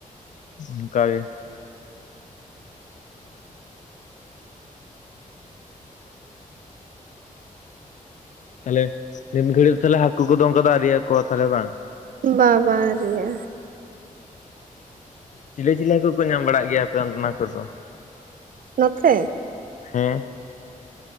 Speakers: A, on the left; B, on the right.
A: ᱚᱱᱠᱟᱜ ᱜᱮ᱾ ᱛᱟᱦᱚᱞᱮ ᱱᱤᱢ ᱜᱷᱟᱹᱲᱤᱡ ᱫᱚ ᱛᱟᱦᱞᱮ ᱦᱟᱹᱠᱩ ᱠᱚᱫᱚ ᱚᱝᱠᱟ ᱫᱚ ᱟᱨᱮ ᱟᱠᱚᱣᱟ ᱛᱟᱦᱚᱞᱮ ᱵᱟᱝ?
B: ᱵᱟᱵᱟ ᱨᱮᱭᱟ᱾
A: ᱪᱤᱞᱤ ᱪᱤᱞᱤ ᱦᱟᱹᱠᱩ ᱠᱚ ᱧᱟᱢ ᱵᱟᱲᱟᱜ ᱜᱮᱭᱟ ᱟᱯᱮ ᱚᱱᱟ ᱠᱚᱨᱮ ᱫᱚ?
B: ᱱᱚᱛᱮ?
A: ᱦᱮᱸᱼᱼ